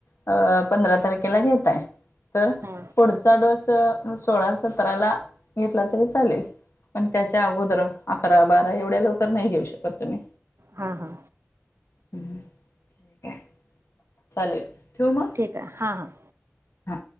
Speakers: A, on the left (about 90°); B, on the right (about 80°).
A: अ पंधरा तारखेला घेताय तर,
B: हा
A: पुढचा डोस सोळा सतराला घेतला तरी चालेल, पण त्याच्या अगोदर अकरा बारा एवढ्या लवकर नाही घेऊ शकत तुम्ही,
B: हा हा!
A: ह् ठीक आहे चालेल ठिवू मग
B: आ हा हा
A: हा